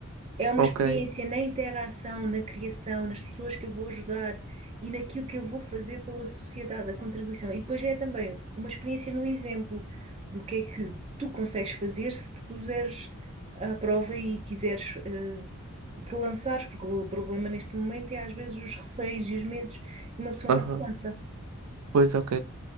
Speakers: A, on the right; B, on the right.
A: É uma
B: ok.
A: experiência na interação, na criação, nas pessoas que eu vou ajudar e naquilo que eu vou fazer pela sociedade, a contribuição. E depois é também uma experiência no exemplo do que é que tu consegues fazer se te puseres à prova e quiseres eh, te lançares, porque o problema neste momento é às vezes os receios e os medos, e uma pessoa
B: Aham.
A: não se lança.
B: Pois, ok.